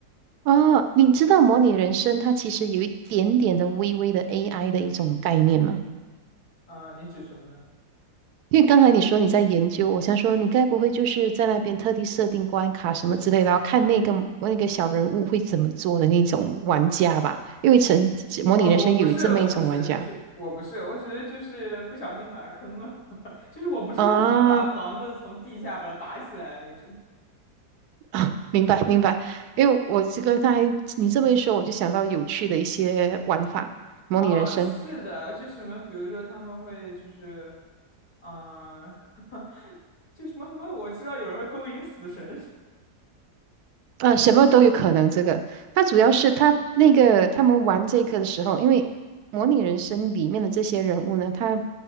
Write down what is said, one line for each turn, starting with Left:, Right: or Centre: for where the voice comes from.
Right: 啊，你知道模拟人生它其实有一点点的微微的 AI 的一种概念吗？
Left: 嗯、你指什么呢？
Right: 因为刚才你说你在研究，我想说你该不会就是在那边特地设定关卡什么之类的，然后看那个那个小人物会怎么做的那种玩家吧？因为曾模拟人生有这么一种玩家
Left: 啊，我不是，我不是，就我不是，我只是就是不小心把它坑了，<laughs> 就是我不知道怎么把房子从地下把它拔起来那种。
Right: 啊，啊 <laughs> 明白明白。因为我这个刚才你这么一说，我就想到有趣的一些玩法，模拟人生。
Left: 哦，是的，就什么，比如说他们会就是，嗯、<laughs> 就什么什么，我知道有人会勾引死神。
Right: 呃，什么都有可能。这个，它主要是他那个他们玩这个的时候，因为模拟人生里面的这些人物呢，他